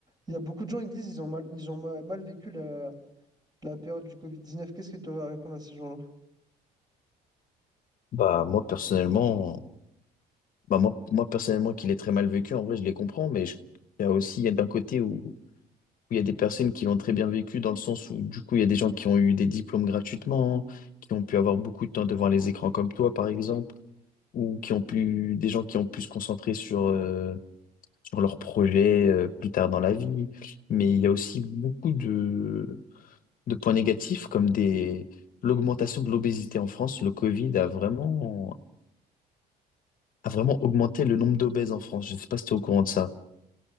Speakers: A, on the right (about 25°); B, on the left (about 55°).
A: il y a beaucoup de gens qui disent ils ont mal, ils ont ma- mal, vécu la, la période du Covid-19. Qu'est-ce que tu aurais à répondre à ces gens-là?
B: Bah, moi, personnellement, bah, moi, moi, personnellement, qu'il est très mal vécu, en vrai, je les comprends, mais je- il y a aussi, il y a d'un côté où. où il y a des personnes qui l'ont très bien vécu dans le sens où, du coup, il y a des gens qui ont eu des diplômes gratuitement, qui ont pu avoir beaucoup de temps devant les écrans comme toi, par exemple, ou qui ont pu, des gens qui ont pu se concentrer sur, euh, sur leurs projets, euh, plus tard dans la vie. Mais il y a aussi beaucoup de, de points négatifs comme des, l'augmentation de l'obésité en France. Le Covid a vraiment, a vraiment augmenté le nombre d'obèses en France. Je ne sais pas si tu es au courant de ça.